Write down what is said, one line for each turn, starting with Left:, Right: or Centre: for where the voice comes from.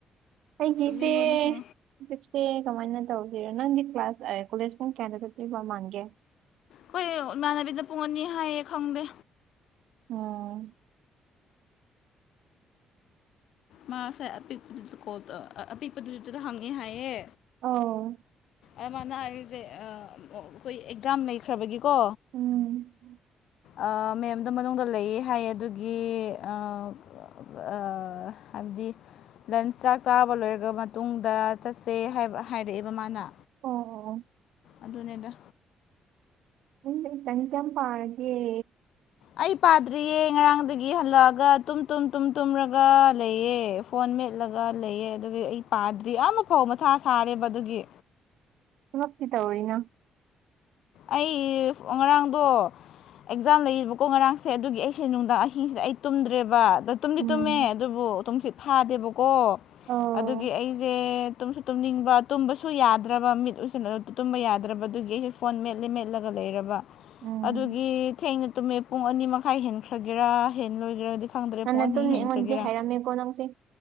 Right: ꯑꯩꯒꯤꯁꯦ꯫
Left: ꯇꯨꯝꯅꯤꯡꯕꯅ ꯁꯨꯝ
Right: ꯍꯧꯖꯤꯛꯁꯦ ꯀꯃꯥꯏꯅ ꯇꯧꯁꯤꯔꯣ ꯅꯪꯒꯤ ꯀ꯭ꯂꯥꯁ ꯀꯣꯂꯦꯖ ꯄꯨꯡ ꯀꯌꯥꯗ ꯆꯠꯇꯣꯏꯕ ꯃꯥꯟꯒꯦ
Left: ꯈꯣꯏ ꯏꯃꯥꯟꯅꯕꯤꯗ ꯄꯨꯡ ꯑꯅꯤ ꯍꯥꯏꯌꯦ ꯈꯪꯗꯦ꯫
Right: ꯑꯣꯝ
Left: ꯃꯥꯁꯦ ꯑꯄꯤꯛ ꯇ ꯀꯣꯜ ꯇꯧ ꯑ ꯑꯄꯤꯛꯄꯗꯨꯗꯨꯗ ꯍꯪꯉꯦ ꯍꯥꯏꯌꯦ
Right: ꯑꯣ꯫
Left: ꯑꯗꯨꯃꯅ ꯍꯥꯏꯔꯤꯁꯦ ꯑꯩꯈꯣꯏ ꯑꯦꯛꯖꯥꯝ ꯂꯩꯈ꯭ꯔꯕꯒꯤꯀꯣ
Right: ꯎꯝ꯫
Left: ꯑꯥ ꯃꯦꯝꯗꯣ ꯃꯅꯨꯡꯗ ꯂꯩꯌꯦ ꯍꯥꯏꯌꯦ ꯑꯗꯨꯒꯤ ꯑꯥ ꯑ ꯍꯥꯏꯕꯗꯤ꯫ ꯂꯟꯁ ꯆꯥꯛ ꯆꯥꯕ ꯂꯣꯏꯒꯕ ꯃꯇꯨꯡꯗ ꯆꯠꯁꯦ ꯍꯥꯢꯕ ꯍꯥꯏꯔꯛꯑꯦꯕ ꯃꯥꯅ꯫
Right: ꯑꯣ ꯑꯣ
Left: ꯑꯗꯨꯅꯦꯗ꯫
Right: ꯎꯝ ꯏꯇꯪ ꯀꯌ꯭ꯥꯝ ꯄꯥꯔꯒꯦ
Left: ꯑꯩ ꯄꯥꯗ꯭ꯔꯤꯌꯦ ꯉꯔꯥꯡꯗꯒꯤ ꯍꯜꯂꯛꯑꯒ ꯇꯨꯝ ꯇꯨꯝ ꯇꯨꯝ ꯇꯨꯝꯔꯒ ꯂꯩꯌꯦ ꯐꯣꯟ ꯃꯦꯠꯂꯒ ꯂꯩꯌꯦ ꯑꯗꯨꯒꯤ ꯑꯩ ꯄꯥꯗ꯭ꯔꯤ ꯑ ꯐꯥꯎ ꯃꯊꯥ ꯁꯥꯔꯦꯕ ꯑꯗꯨꯒꯤ
Right: ꯊꯕꯛꯇꯤ ꯇꯧꯋꯤꯅ
Left: ꯑꯩ ꯉꯔꯥꯡꯗꯣ꯫ ꯑꯦꯛꯖꯥꯝ ꯂꯩꯌꯦꯕꯀꯣ ꯉꯔꯥꯡꯁꯦ ꯑꯗꯨꯒꯤ ꯑꯩꯁꯦ ꯅꯨꯡꯗꯥꯡ ꯑꯍꯤꯡꯁꯤꯗ ꯑꯩ ꯇꯨꯝꯗ꯭ꯔꯦꯕ ꯑꯗ ꯇꯨꯝꯗꯤ
Right: ꯎꯝ
Left: ꯇꯨꯝꯃꯦ ꯑꯗꯨꯕꯨ ꯇꯨꯝꯁꯤꯠ ꯐꯥꯗꯦꯕꯀꯣ
Right: ꯑꯧ
Left: ꯑꯗꯨꯒꯤ ꯑꯩꯁꯦ ꯇꯨꯝꯁꯨ ꯇꯨꯝꯅꯤꯡꯕ ꯇꯨꯝꯕꯁꯨ ꯌꯥꯗ꯭ꯔꯕ ꯃꯤꯠ ꯑꯨꯢꯁꯤꯟ ꯇꯨꯝꯕ ꯌꯥꯗ꯭ꯔꯕ ꯑꯗꯨꯒꯤ ꯐꯣꯟ ꯃꯦꯠꯂꯦ ꯃꯦꯠꯂꯒ ꯂꯩꯔꯕ
Right: ꯎꯝ
Left: ꯑꯗꯨꯒꯤ ꯊꯦꯡꯅ ꯇꯨꯝꯃꯦ ꯄꯨꯡ ꯑꯅꯤ ꯃꯈꯥꯏ ꯍꯦꯟꯈ꯭ꯔꯒꯦꯔꯥ ꯍꯦꯟꯂꯣꯏꯒꯦꯔꯗꯤ ꯈꯪꯗ꯭ꯔꯦ
Right: ꯅꯪꯅ
Left: ꯄꯨꯡ ꯑꯅꯤ
Right: ꯇꯨꯝꯅꯤ
Left: ꯍꯦꯟꯈ꯭ꯔꯒꯦꯔꯥ
Right: ꯑꯩꯉꯣꯟꯗꯗꯤ ꯍꯥꯏꯔꯝꯃꯦꯀꯣ ꯅꯪꯁꯦ